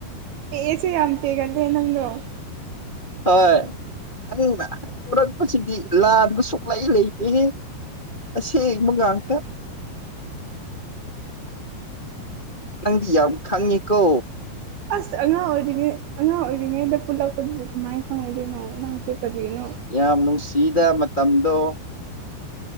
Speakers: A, on the right; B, on the left.
A: ꯄꯦꯑꯦꯁꯤ ꯌꯥꯝ ꯄꯦꯒꯜꯂꯦ ꯅꯪꯗꯣ
B: ꯍꯣꯏ ꯅꯪꯅ ꯍꯥꯏꯗꯣꯔꯛꯄꯁꯤꯗꯤ ꯂꯥꯟꯕ ꯁꯨꯛꯂꯩ ꯂꯩꯇꯦꯍꯦ ꯑꯁꯦꯡꯕꯥ ꯉꯥꯛꯇ ꯅꯪꯗꯤ ꯌꯥꯝ ꯈꯪꯉꯤꯀꯣ
A: ꯑꯁ ꯑꯉꯥꯡ ꯑꯣꯏꯔꯤꯉꯩ ꯑꯉꯥꯡ ꯑꯣꯏꯔꯤꯉꯩꯗ ꯄꯨꯜꯂꯛꯄꯗꯨꯕꯨ ꯀꯃꯥꯏ ꯈꯪꯉꯣꯏꯗꯣꯏꯅꯣ ꯅꯪꯁꯨ ꯀꯔꯤꯅꯣ
B: ꯌꯥꯝ ꯅꯨꯡꯁꯤꯗ ꯃꯇꯝꯗꯣ